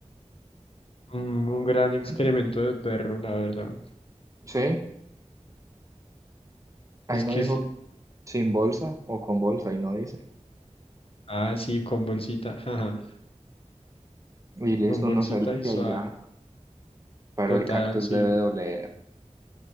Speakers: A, on the left (about 50°); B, on the right (about 25°).
A: Mm, Un gran excremento
B: <clears throat>
A: de perro, la verdad.
B: Sí, ahí
A: Es
B: no
A: que
B: dijo
A: sí.
B: sin bolsa o con bolsa, ahí no dice.
A: Ah, sí, con bolsita. <laughs> Ajá.
B: Y listo,
A: Con bolsita
B: uno se limpia
A: y suave.
B: y ya. Pero
A: Total,
B: el cactus
A: sí.
B: debe doler.